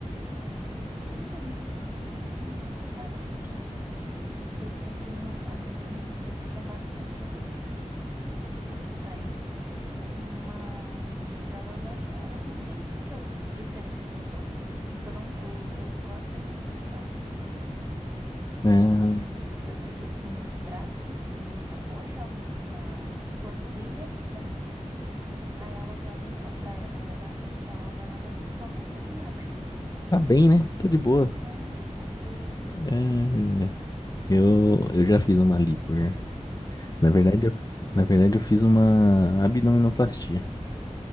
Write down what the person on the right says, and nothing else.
ah, tudo bem que as minhas amigas não são grandes parâmetros, porque eu tenho, as minhas amigas de trabalho são todas plus size, mas elas acham, elas não veem que eu, diferença no meu corpo, porque eu não, eu, eu engordo, mas eu não crio barriga.
Então, assim, eu fico com muito braço, muita coxa, muita panturrilha, mas Aí elas olham a- pra elas a barriga, então elas olham a barriga e falam: Não, você tá magra.
Ah, tá de boa.
Ah, é?